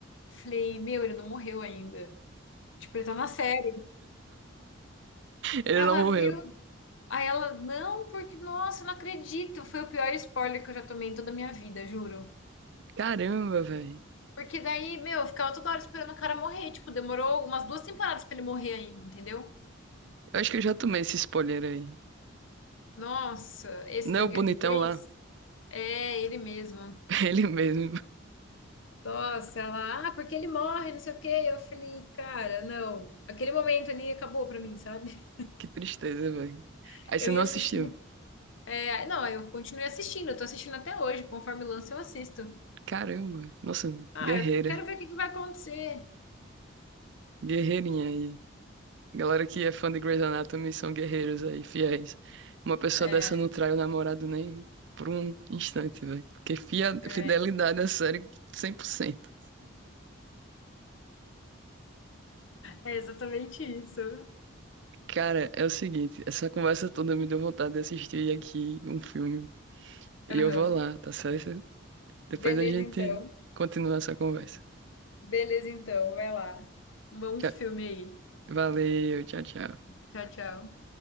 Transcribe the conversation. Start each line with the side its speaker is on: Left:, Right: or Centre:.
Left: Falei, meu, ele não morreu ainda. Tipo, ele tá na série.
Right: Ele
Left: Ela,
Right: não morreu.
Left: meu. Aí ela, não, porque, nossa, eu não acredito. Foi o pior spoiler que eu já tomei em toda a minha vida, juro.
Right: Caramba, velho.
Left: Porque daí, meu, eu ficava toda hora esperando o cara morrer. Tipo, demorou umas duas temporadas pra ele morrer ainda, entendeu?
Right: Eu acho que eu já tomei esse spoiler aí.
Left: Nossa, esse
Right: Não
Left: da
Right: é o
Left: Gr-
Right: bonitão
Left: de Grace?
Right: lá?
Left: É, ele mesmo.
Right: <laughs> Ele mesmo.
Left: Nossa, ela, ah, porque ele morre, não sei o quê. Eu falei, cara, não. Aquele momento ali acabou pra mim, sabe?
Right: Que tristeza, velho.
Left: <laughs>
Right: Aí você
Left: Eu
Right: não
Left: ia
Right: assistiu.
Left: assistindo. É, não, eu continuei assistindo, eu tô assistindo até hoje, conforme lança eu assisto.
Right: Caramba. Nossa,
Left: Ah,
Right: guerreira.
Left: eu quero ver o que que vai acontecer.
Right: Guerreirinha aí. Galera que é fã de Grey's Anatomy são guerreiros aí, fiéis. Uma pessoa
Left: É,
Right: dessa não trai o namorado nem por um instante, velho. Porque fia-
Left: é,
Right: fidelidade à série cem por cento
Left: é exatamente isso.
Right: Cara, é o seguinte, essa conversa toda me deu vontade de assistir aqui um filme. E
Left: Aham.
Right: eu vou lá, tá certo? Depois
Left: Beleza,
Right: a gente
Left: então.
Right: continua essa conversa.
Left: Beleza, então. Vai lá. Um bom
Right: Tchau.
Left: filme aí.
Right: Valeu, tchau, tchau.
Left: Tchau, tchau.